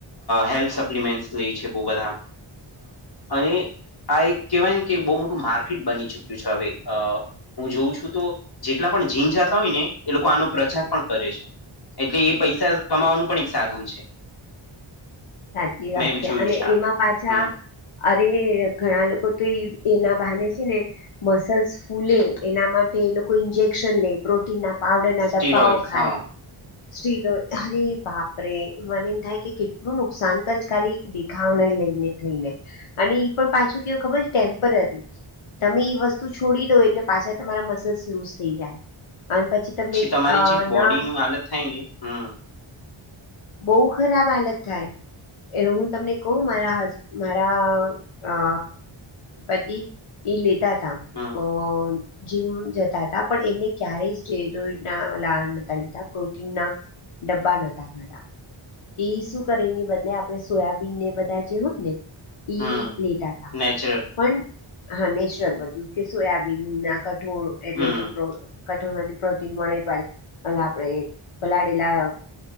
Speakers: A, on the left; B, on the left.
A: હેલ્થ સપ્લમેન્ટ લે છે બહુ બધા અને આ એક કહેવાય ને કે બહુ મોટું માર્કેટ બની ચુક્યું છે હવે, હું જોઉં છું તો જેટલા પણ જીન જાતા હોય ને એ લોકો આનો પ્રચાર પણ કરે છે એટલે એ પૈસા કમાવાનું પણ એક સાધન છે.
B: સાચી વાત
A: મેં
B: છે
A: જોયું
B: અને
A: આ
B: એમાં પાછા
A: હમ.
B: અરે ઘણા લોકો તો એના બહાને છે ને મસલ્સ ફૂલે એના માટે એ લોકો ઇન્જેક્શન લે પ્રો ના પાવડર ના
A: સ્ટીરોઈડસ
B: ડબ્બાઓ ખાય.
A: હા
B: સ્રી અરે બાપરે મને એમ થાય કે કેટલું નુકસાન કરે છે ખાલી. દેખાવ ન લઈને થઈને અને ઈ પણ પાછું કેવું ખબર ટેમ્પરરી તમે ઈ વસ્તુ છોડી દો એટલે પાછા તમારા મસલ્સ લુઝ થઈ જાય અને પછી તમને
A: તમારી
B: અ
A: જે બોડીનું
B: ના
A: હાલત થઈ ગઈ છે
B: બઉ ખરાબ હાલત થાય. એ હું તમને કું મારા હ મારા પતિ એ લેતા તા
A: હમ
B: અ જમ જતા હતા પણ એમને ક્યારે લીધા પ્ર ડબ્બા નહોતા ખાતા એ શું કરે એની બદલે આપડણે સોયાબીન ને બધા જે હોય ને ઈ
A: હમ
B: લેતા હતા
A: નેચરલ
B: પણ હા નેચરલ બધું કે સોયાબીન ના કઠોળ એટલે
A: હમ
B: જે કટોર માંથી પ્રોટીન મળે પ પ આપણેે પલાડેલા